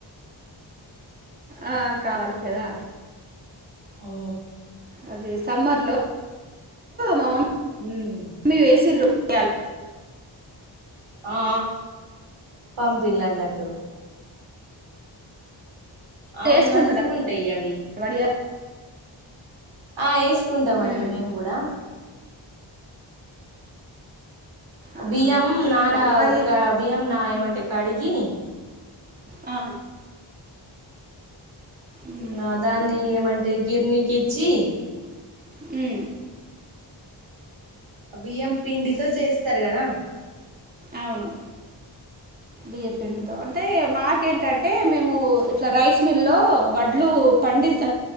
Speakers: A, on the right (about 20°); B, on the right (about 75°).
A: ఆ కావాలి కదా
B: ఓ
A: అది సమ్మర్ లో మా మమ్మీ
B: ఉమ్
A: మమ్మీ వేసిిన రయ
B: ఆ పంపిణలు అన్నట్టు
A: మమ్మీ
B: అవును
A: వేసుకుంటారు
B: మంచిగా ఉంటాయి అవి
A: వడియాలు
B: ఆ వేసుకుంటాంమండి
A: ఉమ్.
B: మేము కూడా
A: ఆహా.
B: బియ్యం నానక
A: మరి మరి
B: బియ్యం నా ఏమంటే కడిగి
A: ఆ ఉమ్.
B: నా దాన్ని ఏమంటే గిర్నీకి ఇచ్చి
A: హు
B: బియ్యం పిండితో చేస్తారు కదా
A: అవును బియ్య పిండితో అంటే మాకేంటంటే మేము ము ఇట్లా రైస్ మిల్లో వడ్లు పండి